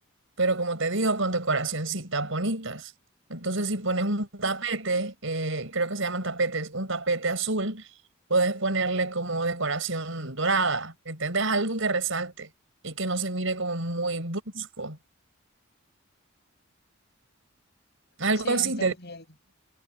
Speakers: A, on the right; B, on the left.
A: Pero como te digo, con decoracioncitas bonitas. Entonces, si pones un tapete, eh, creo que se llaman tapetes, un tapete azul, puedes ponerle como decoración dorada, ¿entendés? Algo que resalte y que no se mire como muy brusco. Algo
B: Sí,
A: así
B: sí, te
A: te
B: entiendo.
A: digo.